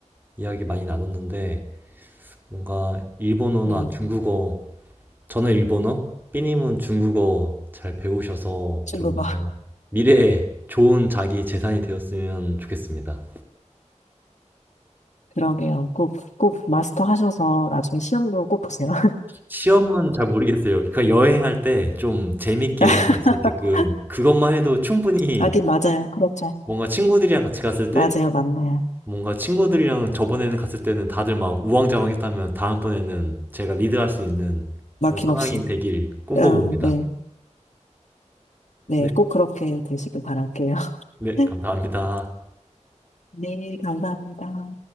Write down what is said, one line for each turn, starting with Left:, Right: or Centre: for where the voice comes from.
Right: 이야기 많이 나눴는데 뭔가 일본어나
Left: 네,
Right: 중국어 저는 일본어, 삐님은 중국어 잘 배우셔서
Left: 친구가
Right: 좀 뭔가 미래에 좋은 자기 재산이 되었으면 좋겠습니다.
Left: 그러게요. 꼭, 꼭 마스터 하셔서 나중에 시험도 꼭 보세요.
Right: 시험은 잘 모르겠어요. 그러니까 여행할 때 좀 재밌게
Left: <laughs>
Right: 여행할 수 있게끔 그것만 해도 충분히
Left: 하긴 맞아요. 그렇죠.
Right: 뭔가 친구들이랑 같이 갔을 때
Left: 맞아요. 맞네요.
Right: 뭔가 친구들이랑 저번에는 갔을 때는 다들 막 우왕좌왕했다면 다음번에는 제가 리드할 수 있는
Left: 막힘없이.
Right: 그런 상황이 되길 꿈꿔봅니다.
Left: 어, 네. 네.
Right: 네,
Left: 꼭 그렇게 되시길 바랄게요.
Right: 네,
Left: <laughs>
Right: 감사합니다.
Left: 네. 감사합니다.